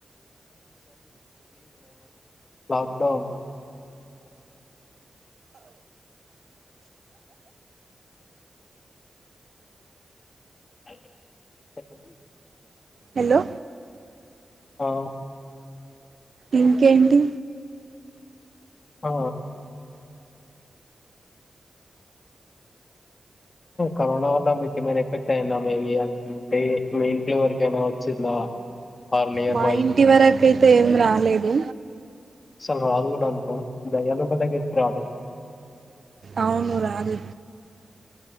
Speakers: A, on the left; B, on the right.
A: లాక్డౌన్ <unintelligible>
B: హలో
A: ఆ
B: ఇంకేంటి
A: ఆ కరోనా వల్ల మీకు ఏమైనా ఎఫెక్ట్ అయియందా మేబీ అ మీ ఇంట్లో ఎవరికైనా వచ్చిందా ఆర్ నియర్
B: మా
A: బై
B: ఇంటి వరక ఐత ఏం రాలేదు
A: <unintelligible>
B: అవును రాదు